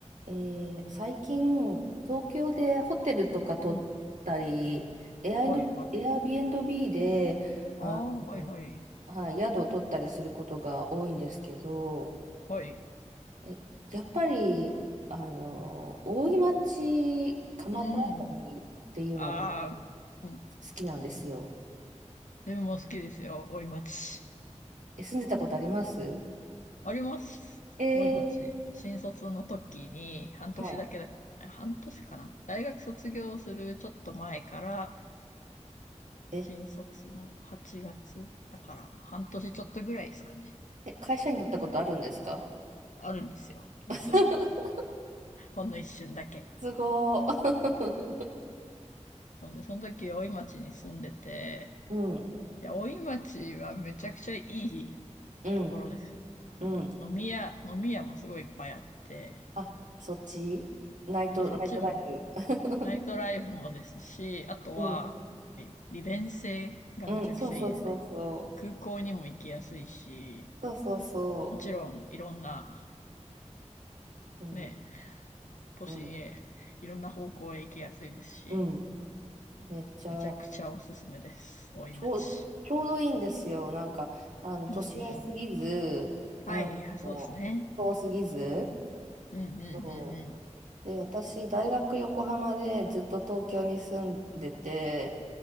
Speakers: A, on the right; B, on the left.
A: えー最近、東京でホテルとか取ったり、
B: うん。
A: エアイの、
B: はいはい。
A: エアビーンビーで、
B: ああ、
A: あの、
B: はいはい。
A: はい、宿を取ったりすることが多いんですけど、
B: はい。
A: え、やっぱり、あの、大井町、蒲田あたりっていうのが好
B: うん。ああ、うん。
A: きなんですよ。
B: 自分も好きですよ。大井町。
A: え、住んでたことあります
B: あります。
A: えー
B: 大井町。新卒の時に半年だけだ、
A: はい。
B: あ半年かな。大学卒業するちょっと前から、
A: え、
B: 新卒の8月だから半年ちょっとぐらいですかね。
A: え、会社員だったことあるんですか
B: あるんですよ。実は。
A: <laughs>
B: ほんの一瞬だけ。
A: すごー。
B: なので、その時大井町に住んでて、
A: <laughs> うん、
B: いや、大井町はめちゃくちゃいい
A: うん、
B: ところですよ。
A: うん。
B: なんか、飲み屋、飲み屋もすごいいっぱいあって、
A: あ、そっちナイト、
B: あ、そっちも、
A: ナイトライフ。<laughs>
B: ナイトライフもですし、あとは、
A: うん、
B: え利便性がめちゃくちゃいいですね。
A: うん、そうそうそうそう。
B: 空港にも行きやすいし、
A: そうそうそ
B: もちろん、いろんな、
A: う。うん、
B: ね、都心へ、
A: うん、
B: いろんな方向へ行きやすいですし、
A: うん。めっちゃ、
B: めちゃくちゃおすすめです。大井町。
A: ちょう、ちょうどいいんですよ。なんか、あの、
B: うんうん。
A: 都心すぎず、
B: はい、
A: あの、
B: はいそうですね。
A: 遠すぎず。
B: うんうん。うんうんうんう
A: そう。で、私、大学横浜でずっと東京に住んでて、